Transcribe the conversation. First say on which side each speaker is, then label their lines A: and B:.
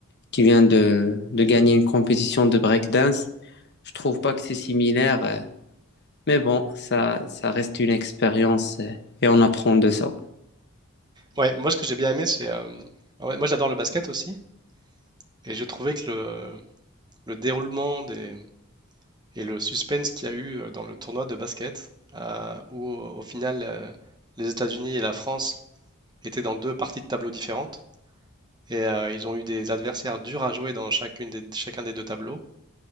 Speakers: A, on the left; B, on the right.
A: qui vient de, de gagner une compétition de breakdance, je trouve pas que c'est similaire, euh, mais bon, ça, ça reste une expérience euh, et on apprend de ça.
B: Ouais, moi, ce que j'ai bien aimé, c'est. euh, ah ouais, moi, j'adore le basket aussi. Et je trouvais que le, le déroulement des, et le suspense qu'il y a eu euh, dans le tournoi de basket, euh, où au au final, euh, les États-Unis et la France étaient dans deux parties de tableaux différentes. Et euh, ils ont eu des adversaires durs à jouer dans chacune des, chacun des deux tableaux.